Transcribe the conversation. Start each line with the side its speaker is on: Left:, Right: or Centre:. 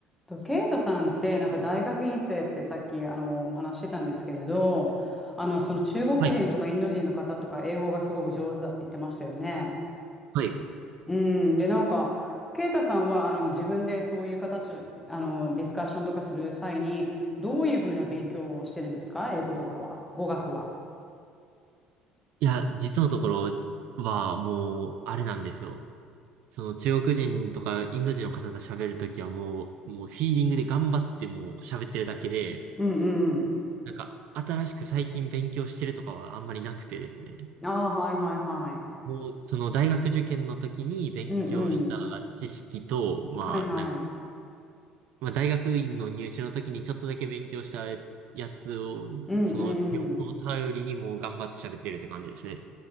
Centre: と、ケイトさんって、なんか大学院生ってさっき、あの、お話ししてたんですけれど、あの、その中国人とかインド人の方とか英語がすごく上手だって言ってましたよね。
Right: はい。はい。
Centre: うん。で、なんか、ケイタさんは、あの、自分でそういう形、あの、ディスカッションとかする際に、どういうふうな勉強をしてるんですか英語とかは、語学は。
Right: いや、実のところはもう、あれなんですよ。その中国人とかインド人の方と喋るときはもう、もうフィーリングで頑張ってもう喋ってるだけで、
Centre: うんうん。
Right: なんか新しく最近勉強してるとかはあんまりなくてですね。
Centre: ああ、はいはいはい。
Right: もう、その大学受験の時に勉強した知識と、
Centre: うんうん。
Right: まあ、
Centre: はいはい。
Right: なんか、まあ大学院の入試の時にちょっとだけ勉強したやつを、
Centre: うん
Right: その記憶を頼りにもう頑張って喋ってるって感じですね。
Centre: うん